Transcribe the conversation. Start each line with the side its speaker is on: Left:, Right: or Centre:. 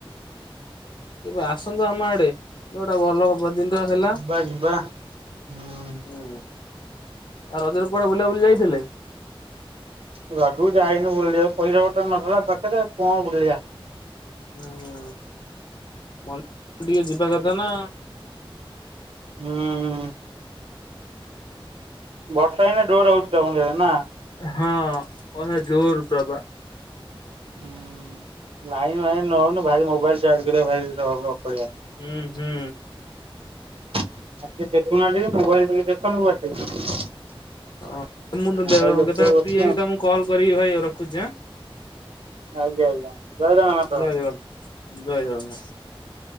Left: କେବେ ଆସନ୍ତୁ ଆମ ଆଡେ ଯୋଉଟା ଭଲ କ ପବଦିନଙ୍କ ହେଲା
Right: ଯିବା
Left: ହୁଁ
Right: ଯିବା ହୁଁ
Left: ଆଉ ରଜର କୁଆଡେ଼ ବୁଲାବୁଲି ଯାଇଥିଲେ?
Right: ରଜଗୁ ଯାଇନି ବୁଲିବ ପଇସା ପତର ନଥିଲା ପାଖରେ କଣ ବୁଲିବା
Left: ଉୁଁ ହୁଁ ମନ୍ଦିର ଟିକେ ଯିବା କଥା ନା
Right: ହୁଁ ହୁଁ ବର୍ଷା ହେଇନ ଜୋର ହଉଛି କେଉଝର୍ ନା
Left: ହଁ ଓ ଜୋର ପ୍ରଭା
Right: ହୁଁ ଲାଇନ୍ ଫାଇନ୍ ନଉନି ଭାରି ମୋବାଇଲ ଚାର୍ଜ କରିବା ଭାରି ର ପଳଆ
Left: ହୁଁ ହୁଁ
Right: ଆଉ ଟିକେ ଦେଖୁନାହାନ୍ତି ମୋବାଇଲ ଟିକି ଦେଖନୁୁ ବସିକି
Left: ହଁ ମୁଁ କେତେବେଳେ
Right: ମୋବାଇଲ ଦେଖୁଥିବେ
Left: ଫ୍ରି
Right: ବସିକି
Left: ହେଇକି
Right: ଆଉ
Left: ତମକୁ କଲ୍ କରିବି ଭାଇ ରଖୁଛି ଆଁ
Right: ଆଜ୍ଞା ଆଜ୍ଞା ଜୟ ଜଗନ୍ନାଥ
Left: ଜୟ ଜଗନ୍ନାଥ ଜୟ ଜଗନ୍ନାଥ।